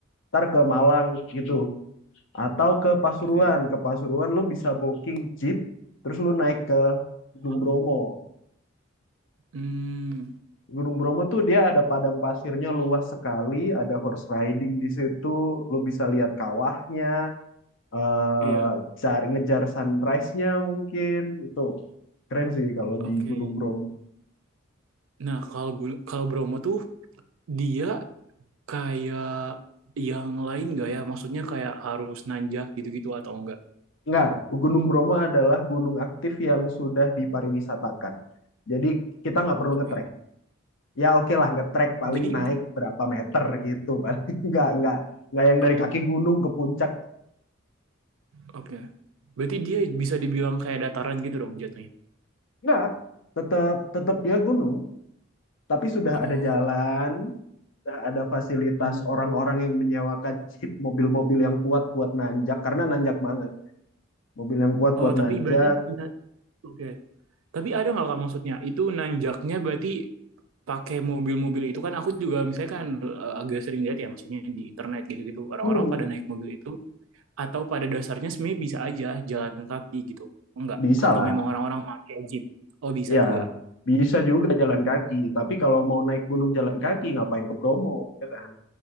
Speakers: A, on the left; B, on the right.
A: Ntar ke Malang gitu. Atau ke Pasuruan.
B: oke,
A: Ke Pasuruan lu bisa booking jeep, terus lu naik ke Gunung
B: heeh,
A: Bromo.
B: mmm,
A: Gunung Bromo tuh dia ada padang pasirnya luas sekali, ada horse riding di situ, lu bisa lihat kawahnya, eh
B: iya,
A: cari ngejar sunrise-nya mungkin. Itu keren sih kalau
B: oke.
A: di Gunung Bromo.
B: Nah, kalau Gun- kalau Bromo tuh dia kayak yang lain nggak ya? Maksudnya kayak harus nanjak gitu-gitu atau enggak?
A: Enggak, Gunung Bromo adalah gunung aktif yang sudah dipariwisatakan. Jadi kita nggak perlu
B: Oke.
A: ngetrek. Ya oke lah ngetrek paling
B: Jadi
A: naik berapa meter gitu. <laughs> Paling nggak nggak nggak yang
B: uh,
A: dari kaki gunung ke puncak nggak.
B: oke. Berarti dia bisa dibilang kayak dataran gitu dong jatuhnya.
A: Nggak, tetap tetap dia gunung, tapi sudah
B: Oh.
A: ada jalan,
B: oke.
A: sudah ada fasilitas
B: Hmm.
A: orang-orang yang menyewakan <laughs> jeep, mobil-mobil yang kuat buat nanjak karena nanjak banget. Mobil yang kuat
B: Oh,
A: buat
B: tapi
A: nanjak,
B: berarti na- oke. Tapi ada nggak Kak maksudnya? Itu nanjaknya berarti pakai mobil-mobil itu kan aku juga misalnya kan uh, agak sering lihat ya maksudnya di internet gitu-gitu orang-orang
A: hmm,
B: pada naik mobil itu atau pada dasarnya sebenarnya bisa aja jalan kaki gitu enggak
A: bisa
B: atau
A: lah.
B: memang orang-orang pakai jeep oh bisa
A: Ya,
B: juga
A: bisa juga jalan kaki. Tapi kalau mau naik gunung
B: Hmm.
A: jalan kaki, ngapain ke Bromo, ya kan?